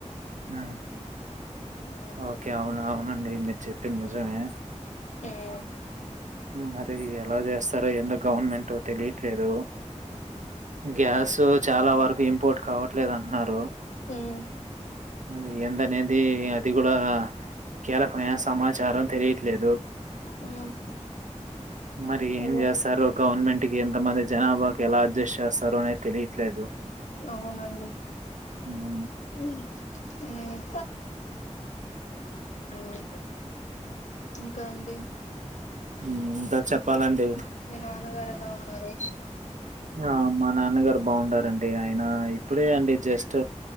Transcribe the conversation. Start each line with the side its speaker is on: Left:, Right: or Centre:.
Right: హ్మ్.
Left: ఆ
Right: ఓకే. అవును. అవునండి మీరు చెప్పింది నిజమే
Left: ఉమ్
Right: మరి ఎలా చేస్తారో ఎందో గవర్నమెంటట్ తెలియట్లేదు, గ్యాస్ చాలా వరకు ఇంపోర్ట్ కావట్లేదు అంటున్నారు.
Left: మ్మ్ మ్మ్
Right: మరి ఎందనేది అది కూడా కీలకమైన సమాచారం తెలియట్లేదు
Left: మ్మ్
Right: మరి ఏం
Left: అదే
Right: చేస్తారు గవర్నమెంట్ కి ఇంత మంది జనాభాకి ఎలా అడ్జస్ట్ చేస్ స్తారో అనేది తెలియట్లేదు
Left: అవునండి
Right: హ్మ్
Left: మ్ మ్ మ్ ఇంకా అండి
Right: మ్ ఇంకా చెప్పాలండి
Left: మీ నాన్నగారు ఎలా ఉన్నారు
Right: ఆ మా నాన్నగారు బాగున్నారండి ఆ ఆ ఇప్పుడే అండి జస్ట్